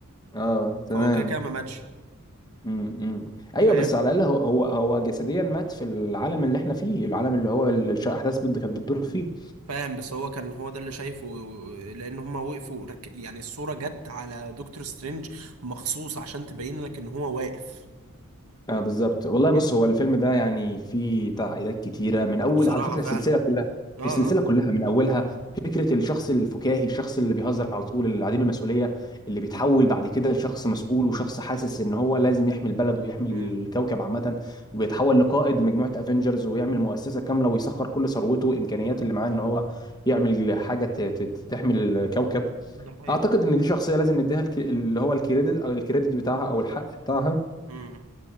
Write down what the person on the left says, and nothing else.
اه تمام
امم ايوه
بس على الاقل هو هو هو جسديا مات في العالم اللي احنا فيه العالم اللي هو ال- الش- الاحداث بت- كانت بتدور فيه
اه بالظبط والله
بص هو الفيلم ده يعني فيه تعقيدات كتيره من اول
على فكره
السلسله كلها
السلسله
كلها من اولها
فكره الشخص الفكاهي الشخص اللي بيهزر على طول اللي عديم المسؤوليه اللي بيتحول بعد كده لشخص مسؤول وشخص حاسس ان هو لازم يحمي البلد ويحمي
الكوكب عامه وبيتحول لقائد مجموعه افنجرز ويعمل مؤسسه كامله ويسخر كل ثروته وامكانياته اللي معاه ان هو يعمل حاجه ت- ت- تحمي الكوكب
اعتقد ان دي شخصيه لازم نديها الك- اللي هو الكريدت او الكريدت بتاعها او الحق بتاعها